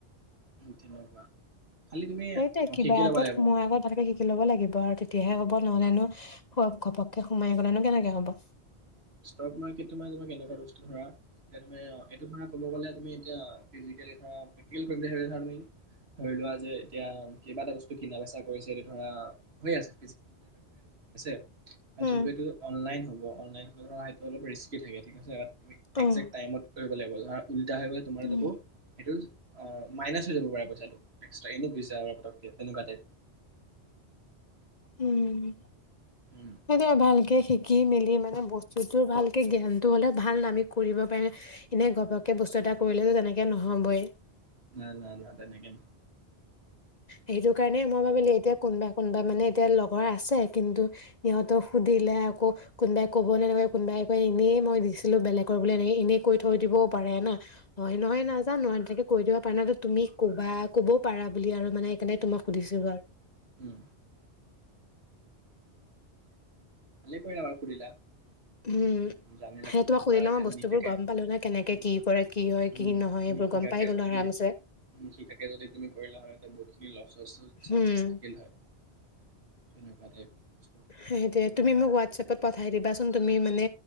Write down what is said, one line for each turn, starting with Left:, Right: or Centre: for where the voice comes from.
Right: <unintelligible>
Left: হেইটোৱে কিবা
Right: শিকি ল'ব
Left: এটাত
Right: লাগিব।
Left: সোমোৱাৰ আগত ভালকে শিকি ল'ব লাগিব আৰু তে তিয়াহে হ'ব নহ'লে নো ঘপককে সোমাই গ'লেনো কেনেকে হ'ব?
Right: ষ্টক মাৰ্কেট তোমাৰ কেনেকুৱা বস্তু ধৰা <unintelligible> ধৰি লোৱা যে এতিয়া কিবা এটা বস্তু কিনা-বেচা কৰিছে ধৰা হয় আছে <unintelligible>
Left: অ',
Right: যোনটো এটো অনলাইন হ'ব অনলাইন ধৰা এইটো অলপ ৰিস্কী থাকে ঠিক আছে,
Left: উম,
Right: এগজেক্ট টাইমত কৰিব লাগিব <unintelligible> তোমাৰ
Left: উম।
Right: তাকো এইটো মাইনাছ হৈ যাব পাৰে পইছাটো <unintelligible> তেনেকুৱা টাইপ।
Left: উম্।
Right: উম,
Left: এ দিয়া ভালকে শিকি শিকি মেলি মানে বস্তুটোৰ ভালকে জ্ঞান টো হ'লে ভাল, আমি কৰিব পাৰিম! এনে ঘপককে বস্তু এটা কৰিলেতো তেনেকে নহ'বই।
Right: উম উম তেনেকেই
Left: সেইটো কাৰণে মই ভাবিলোঁ এতিয়া কোনোবা কোনোবা লগৰ আছে কিন্তু! সিহঁতক সুধিলে আকৌ কোনোবা কোনোবাই কয় ইনে নয় বিছিলো বেলেগৰ বুলি অনে এইনেকৈ থৈ দিব পাৰে ন নহয় নহয় নহয় নহয় তেনেকৈ কৈ দিব পাৰে না তুমি ক'ব পাৰা বুলি আৰু মানে। মানে তোমাক সুধিছিলো আৰু।
Right: উম, ভালেই কৰিলা মোক সুধিলা। <unintelligible>
Left: উম সেই তোমাক সুধিলে মই বস্তুবোৰ গম পালো না কেনেকে কি কৰে কি হয় কি নহয় এইবোৰ গম পাই গ'লো আৰামছে উম
Right: <inaudible>
Left: সেইটোৱে তুমি মোক হোৱাট্‌ছএপ পঠাই দিবাছোন তুমি মানে